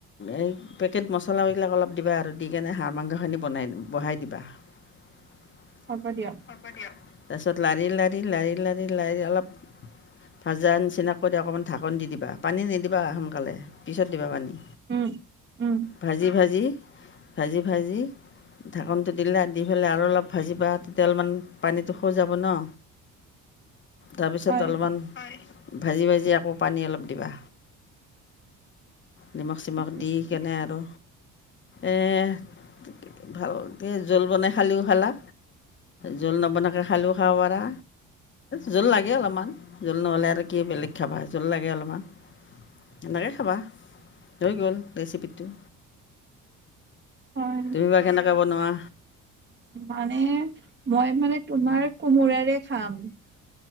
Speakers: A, on the left; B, on the right.
A: এই পেকেট মছলা এইবিলাক অলপ দিবা আৰু দি কেনে হাঁহ মাংসখিনি বনাই বঢ়াই দিবা। <inaudible>
B: হ'ব দিয়ক।
A: হ'ব দিয়ক তাৰপিছত লাৰি লাৰি লাৰি লাৰি লাৰি অলপ। ভাজা নিচিনা কৰি অকমান ঢাকন দি দিবা পানী নিদিবা সোনকালে পিছত দিবা পানী।
B: উম। উম
A: ভাজি ভাজি ভাজি ভাজি। ঢাকনটো দিলে দি পেলাই আৰু অলপ ভাজিবা তেতিয়া তেলমান পানীটো শ যাব ন। তাৰপিছত
B: হয়
A: অলপমান, হয় ভাজি ভাজি আকৌ পানী অলপ দিবা। নিমখ চিমখ
B: ঠিক আছে
A: দি কেনে আৰু এ- ভালকে জোল বনাই খালিও খালা। জোল নবনাকে খালেও খাব পাৰা। জোল লাগে অলপমান, জোল নহ'লে আৰু কি বেলেগ খাবা জোল লাগে অলপমান। এনেকৈ খাবা গ'ল ৰেচিপিটো।
B: হয়।
A: তুমি বা কেনেকৈ বনোৱা।
B: মানে মই মানে তোমাৰ কোমোৰাৰে খাম।